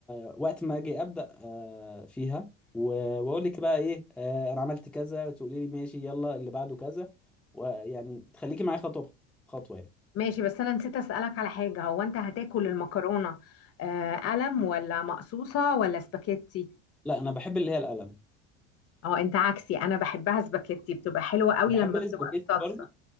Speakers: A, in the centre; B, on the left.
A: آه، وقت ما اجي ابدا آه، فيها و- واقول لك بقى ايه آه، انا عملت كذا تقولي لي ماشي يلا اللي بعده كذا ويعني تخليكي معايا خطوه بخطوه يعني
B: ماشي بس انا نسيت اسالك على حاجه هو انت هتاكل المكرونه آه قلم ولا مقصوصه ولا سباكيتي
A: لا انا بحب اللي هي القلم
B: اه انت عكسي انا بحبها سباكيتي بتبقى حلوه قوي
A: وبحب
B: لما
A: الاسباجيتي
B: بتبقى الصلصه
A: برضه